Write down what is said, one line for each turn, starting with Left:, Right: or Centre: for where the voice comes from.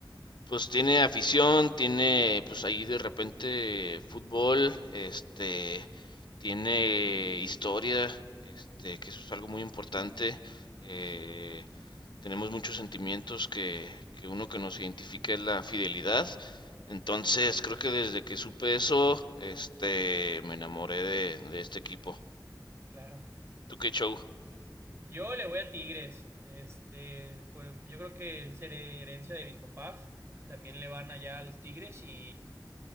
Left: pues tiene afición, tiene, pues ahí de repente fútbol, este, tiene historia, este, que eso es algo muy importante. eh,
Right: Sí,
Left: tenemos muchos sentimientos que, que uno que nos identifica es la fidelidad. Entonces,
Right: claro,
Left: creo que desde que supe eso, este, me enamoré de, de este equipo.
Right: claro.
Left: ¿Tú qué show?
Right: Yo le voy a Tigres. Este, pues yo creo que es her- herencia de mis papás, que también le van allá a los Tigres y